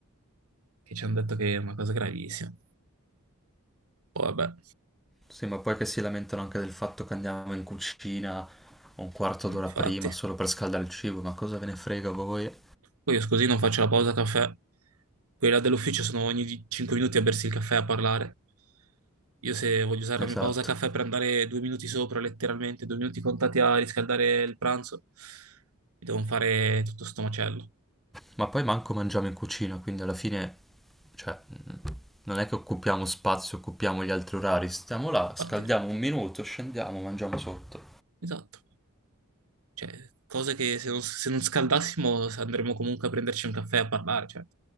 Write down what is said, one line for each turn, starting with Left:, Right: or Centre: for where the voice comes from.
Right: che ci hanno detto che è una cosa gravissima. Poi vabbè,
Centre: Sì, ma poi che si lamentano anche del fatto che andiamo in cucina un quarto
Right: eh,
Centre: d'ora
Right: infatti.
Centre: prima solo per scaldare il cibo, ma cosa ve ne frega a voi?
Right: Poi io scusi, non faccio la pausa caffè. Quelli là dell'ufficio sono ogni 5 minuti a bersi il caffè e a parlare. Io se voglio usare la mia
Centre: Esatto.
Right: pausa caffè per andare due minuti sopra, letteralmente, due minuti contati a riscaldare il pranzo, mi devo fare tutto sto macello.
Centre: Ma poi manco mangiamo in cucina, quindi alla fine, cioè, non è che occupiamo spazio, occupiamo gli altri orari, stiamo là, scaldiamo
Right: Infatti,
Centre: un minuto, scendiamo, mangiamo sotto.
Right: esatto. Cioè, cose che se non, se non scaldassimo andremmo comunque a prenderci un caffè a parlare, cioè,